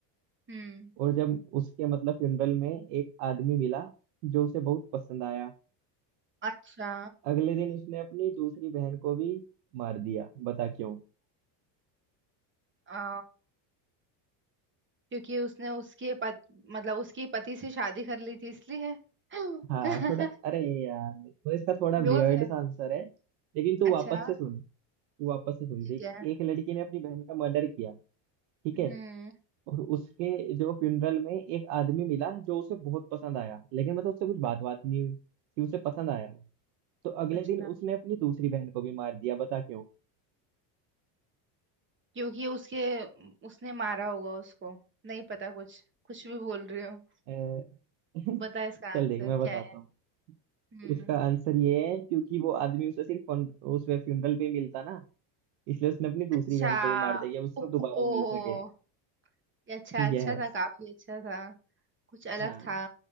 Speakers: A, on the right; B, on the right.
A: हम्म
B: और जब उसके मतलब फ्यूनरल में एक आदमी मिला जो उसे बहुत पसंद आया
A: अच्छा
B: अगले दिन उसने अपनी दूसरी बहन को भी मार दिया बता क्यों
A: आ, क्योंकि उसने उसके पत, मतलब उसके पति से शादी कर ली थी इसलिए <laughs> क्लोज
B: हाँ थोड़ा अरे यार तो इसका थोड़ा
A: है
B: वियर्ड सा आंसर है लेकिन तू
A: अच्छा
B: वापस से सुन तू वापस से सुन
A: ठीक
B: देख
A: है
B: एक लड़की ने अपनी बहन का मर्डर किया ठीक
A: हम्म
B: है और उसके जो फ्यूनरल में एक आदमी मिला जो उसे बहुत पसंद आया लेकिन मतलब उससे कुछ बात बात नहीं हुई कि उसे पसंद आया वो तो अगले
A: अच्छा
B: दिन उसने अपनी दूसरी बहन को भी मार दिया बता क्यों
A: क्योंकि उसके उसने मारा होगा उसको नहीं पता कुछ कुछ भी बोल रही हो
B: अ, <laughs>
A: बता इसका
B: चल
A: आंसर
B: देख मैं बताता
A: क्या है
B: हूँ
A: हम्म
B: उसका आंसर ये है क्योंकि वो आदमी उसे सिर्फ फन- उस फ्यूनरल पे मिलता ना इसलिए उसने अपनी दूसरी
A: अच्छा
B: बहन को भी मार दिया कि उसको
A: ओ,
B: दोबारा
A: ओ,
B: मिल सके
A: ये अच्छा अच्छा
B: यस
A: था काफी अच्छा था कुछ अलग
B: हाँ
A: था